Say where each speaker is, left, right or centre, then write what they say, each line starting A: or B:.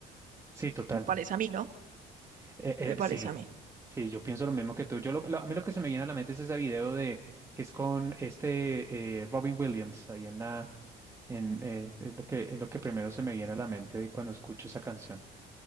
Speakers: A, on the right; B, on the right.
A: sí, total.
B: Me parece a mí, ¿no?
A: Eh, eh,
B: Me parece
A: sí,
B: a mí.
A: sí, yo pienso lo mismo que tú. Yo lo- lo- a mí lo que se me viene a la mente es ese video de que es con este eh, Robin Williams ahí en la en eh, es lo que es lo que primero se me viene a la mente cuando escucho esa canción.